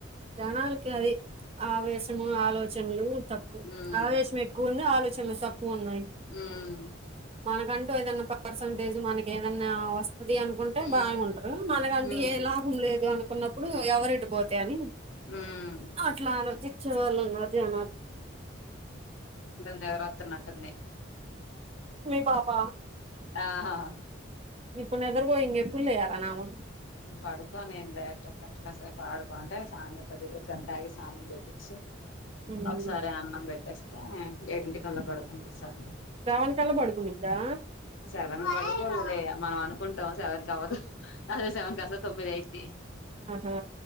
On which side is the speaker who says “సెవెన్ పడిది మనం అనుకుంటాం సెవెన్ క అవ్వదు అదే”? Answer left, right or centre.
Left